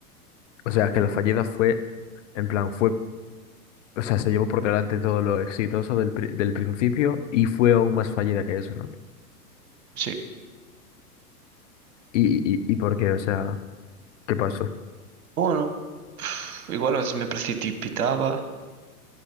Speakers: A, on the left; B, on the right.
A: O sea, que la fallida fue, en plan, fue, o sea, se llevó por delante todo lo exitoso del, pri- del principio y fue aún más fallida que eso, ¿no?
B: Sí.
A: ¿Y, y, y por qué? O sea, ¿qué pasó?
B: Bueno, pf, igual a veces me precipitaba